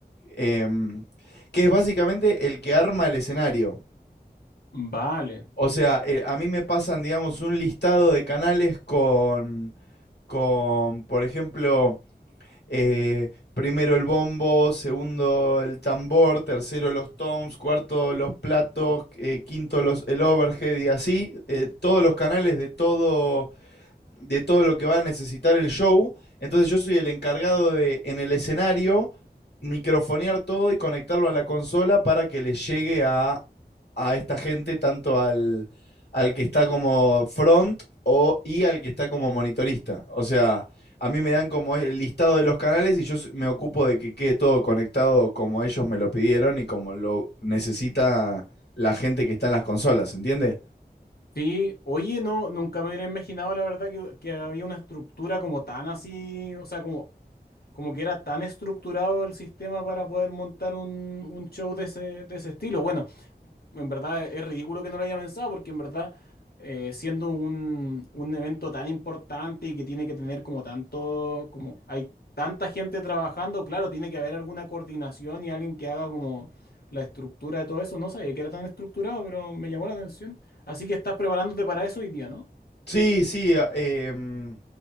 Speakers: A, on the left (about 80°); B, on the left (about 65°).
A: em, que es básicamente el que arma el escenario.
B: vale.
A: O sea, eh, a mí me pasan, digamos, un listado de canales con, con, por ejemplo, eh, primero el bombo, segundo el tambor, tercero los toms, cuarto los platos, eh, quinto los, el overhead y así, eh, todos los canales de todo, de todo lo que va a necesitar el show. Entonces yo soy el encargado de, en el escenario, microfonear todo y conectarlo a la consola para que le llegue a, a esta gente, tanto al, al que está como front o, y al que está como monitorista. O sea, a mí me dan como el listado de los canales y yo me ocupo de que quede todo conectado como ellos me lo pidieron y como lo necesita la gente que está en las consolas, ¿entiendes?
B: Sí, oye, no, nunca me hubiera imaginado la verdad que, que había una estructura como tan así, o sea, como como que era tan estructurado el sistema para poder montar un, un show de ese, de ese estilo. Bueno, en verdad es ridículo que no lo haya pensado, porque en verdad, eh, siendo un, un evento tan importante y que tiene que tener como tanto, como hay tanta gente trabajando, claro, tiene que haber alguna coordinación y alguien que haga como la estructura de todo eso. No sabía que era tan estructurado, pero me llamó la atención. Así que estás preparándote para eso hoy día, ¿no?
A: Sí, sí. a- em,